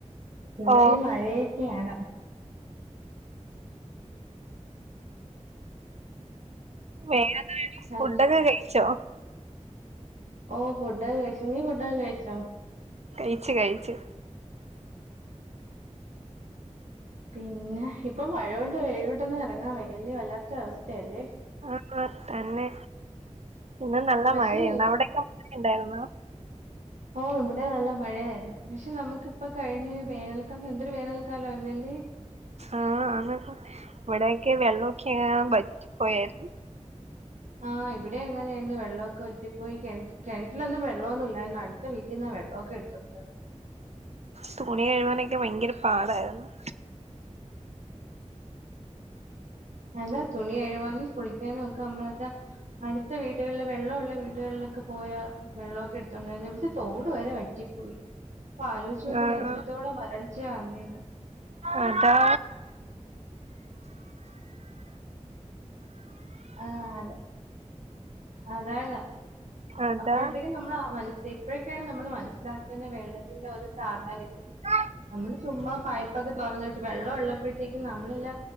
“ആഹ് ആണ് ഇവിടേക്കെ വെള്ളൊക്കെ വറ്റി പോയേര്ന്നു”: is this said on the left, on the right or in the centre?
Right